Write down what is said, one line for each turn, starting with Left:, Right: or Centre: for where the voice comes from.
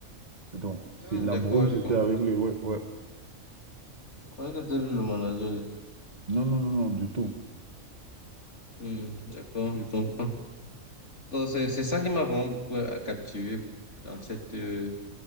Right: Donc, c'est
Left: Hmm,
Right: la
Left: d'accord,
Right: brouille, c'était
Left: je comprends.
Right: avec lui. Ouais, ouais.
Left: Je croyais que c'était lui le manager.
Right: Non, non, non, non, du tout.
Left: Hmm, d'accord, je comprends. Donc, c'est c'est ça qui m'a vraiment beaucoup euh, captivé dans cette, euh,